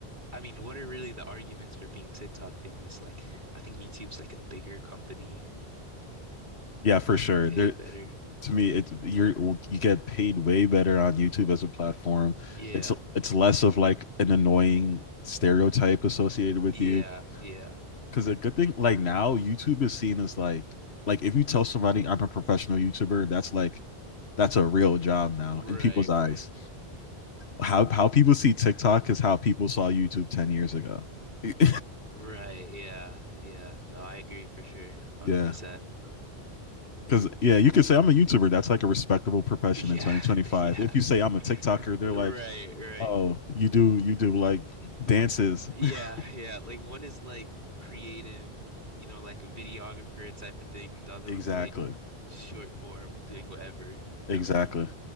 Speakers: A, on the right (about 50°); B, on the left (about 80°).
A: I mean, what are really the arguments for being TikTok famous? Like, I think YouTube's like a bigger company,
B: Yeah, for sure.
A: pay
B: There
A: better.
B: to me it you're you get paid way better on youtube as a platform
A: Yeah.
B: it's it's less of like an annoying stereotype associated with
A: Yeah,
B: you
A: yeah.
B: because a good thing like now youtube is seen as like like if you tell somebody i'm a professional youtuber that's like that's a real job now
A: Right,
B: in people's eyes
A: right.
B: how how people see tiktok is how people saw youtube 10 years ago <laughs>
A: Right, yeah, yeah. No, I agree for sure. 100%.
B: yeah because yeah you could say i'm a youtuber that's like a respectable profession
A: Yeah,
B: in 2025
A: <laughs> yeah.
B: if you say i'm a
A: <laughs>
B: tiktoker they're
A: Right,
B: like
A: right.
B: Oh, you do you do like dances.
A: Uh, Yeah,
B: <laughs>
A: yeah. Like one is like creative, you know, like a videographer type of thing, and the other
B: Exactly.
A: one's like short form doing whatever, you
B: Exactly.
A: know.